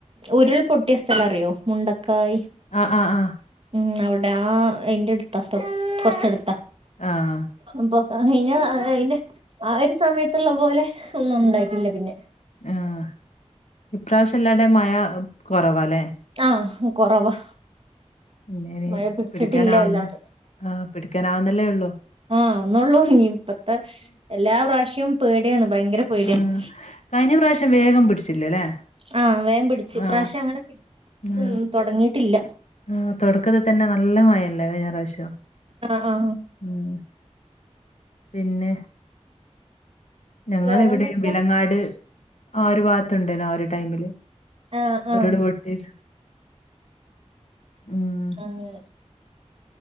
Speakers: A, on the right; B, on the left.
A: ഉരുൾ പൊട്ടിയ സ്ഥലം അറിയോ മുണ്ടക്കായി
B: ആ ആ ആ
A: ഉം അവിടെ ആ അതിന്റെ അടുത്താ കുറച്ച എടുത്താ
B: ആഹ്
A: അപ്പൊ കഞ്ഞ അതിന്റെ ആ ഒരു സമയത്തുള്ള പോലെ ഒന്നും ണ്ടായിട്ടില്ല പിന്നെ
B: ആഹ് ഇപ്രാവശ്യംല്ലാടെ മഴ കുറവാല്ലേ
A: ആഹ് കൊറവാ
B: എന്നേ
A: മഴ പിടിച്ചിട്ടില്ല
B: പിടിക്കാനാവുന്ന
A: വല്ലാണ്ട്
B: ആഹ് പിടിക്കാനാവുന്നല്ലേ ഉള്ളു
A: ആഹ് ഒന്നള്ളൂ ഇ ഇപ്പത്തെ എല്ലാ പ്രാവശ്യവും പേടിയാണ് ഭയങ്കര പേടിയാണ്
B: ആ കഴിഞ്ഞ പ്രാവശ്യം വേഗം പിടിച്ചില്ലല്ലേ
A: ആഹ് വേ പിടിച്ചു ഇപ്രാവശ്യം
B: ആ
A: അങ്ങനെ പിന്നും
B: ആ
A: തുടങ്ങിട്ടില്ല
B: ആ തുടക്കത്തിൽ തന്നെ നല്ല മഴല്ലേ കഴിഞ്ഞ പ്രാവശ്യം
A: ആഹ് ആഹ്
B: ഉം പിന്നെ ഞങ്ങൾ
A: വേറെന്തൊക്കെയാ
B: ഇവിടെ വിലങ്ങാട് ആ അരു ഭാഗത്തുണ്ടനോ ആ ഒരു ടൈമില്
A: ആഹ് ആഹ്
B: ഒരുൾപൊട്ടിസം ഉം
A: ആഹ്